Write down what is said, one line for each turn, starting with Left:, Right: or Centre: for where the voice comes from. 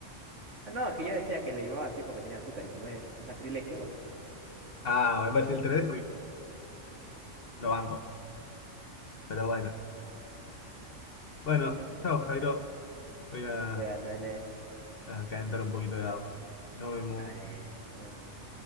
Right: No, es que yo decía que le llamaba así porque tenía azúcar y como es un sacrilegio, bueno, te diré.
Left: Ah, me parece, el tereré es rico, lo banco. Pero bueno. Bueno, chao, Jairo. Voy a,
Right: Voy a darle,
Left: a calentar un poquito de agua. Nos vemos.
Right: dale, nuevo.